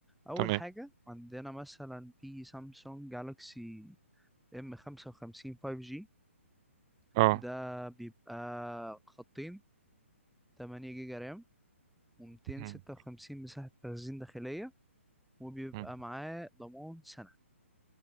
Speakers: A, in the centre; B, on the right.
A: أول
B: تمام
A: حاجة عندنا مثلا في سامسونج جالاكسي ام 55 5G
B: اه
A: ده بيبقى خطين 8 جيجا رام و256
B: مم.
A: مساحة تخزين داخلية وبيبقى
B: مم.
A: معاه ضمان سنة